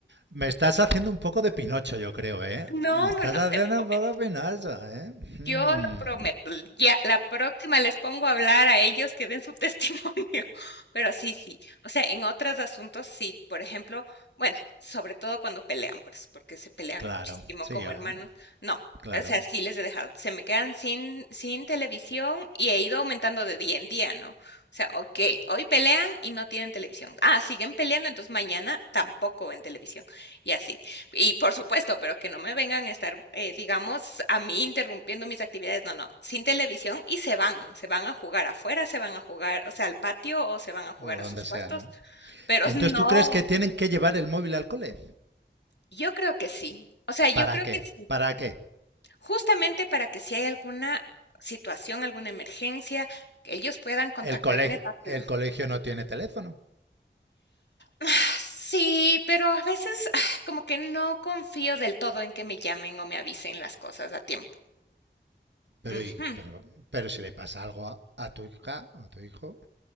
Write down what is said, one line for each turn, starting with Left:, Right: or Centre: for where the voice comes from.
Right: Me estás haciendo un poco de Pinocho, yo creo, ¿eh?
Left: No,
Right: Me estás
Left: no, no,
Right: haciendo
Left: te prometo.
Right: un poco de Pinocho, ¿eh? Hmm,
Left: Yo lo prometo. Ya, la próxima les pongo a hablar a ellos que den su <laughs> testimonio. Pero sí, sí. O sea, en otros asuntos sí. Por ejemplo, bueno, sobre todo cuando pelean, pues, porque se pelean
Right: claro,
Left: muchísimo
Right: sí,
Left: como
Right: ¿eh?
Left: hermanos. No.
Right: claro.
Left: O sea, sí les he dejado. Se me quedan sin, sin televisión y he ido aumentando de día en día, ¿no? O sea, ok, hoy pelean y no tienen televisión. Ah, siguen peleando, entonces mañana tampoco ven televisión. Y así. Y por supuesto, pero que no me vengan a estar, eh, digamos, a mí interrumpiendo mis actividades. No, no, sin televisión y se van, se van a jugar afuera, se van a jugar, o sea, al patio o se van a jugar
Right: O donde
Left: a sus cuartos,
Right: sea, ¿no?
Left: pero
Right: Y
Left: <laughs>
Right: entonces
Left: no,
Right: tú crees que tienen que llevar el móvil al cole.
Left: yo creo que sí. O sea, yo
Right: ¿Para
Left: creo
Right: qué?
Left: que sí.
Right: ¿Para qué?
Left: Justamente para que si hay alguna situación, alguna emergencia, que ellos puedan contactarme
Right: El colegio,
Left: rápido.
Right: el colegio no tiene teléfono.
Left: Ah, Sí, pero a veces ah, como que no confío del todo en que me llamen o me avisen las cosas a tiempo.
Right: Pero,
Left: Ujú.
Right: y- pero, pero si le pasa algo a, a tu hija o a tu hijo,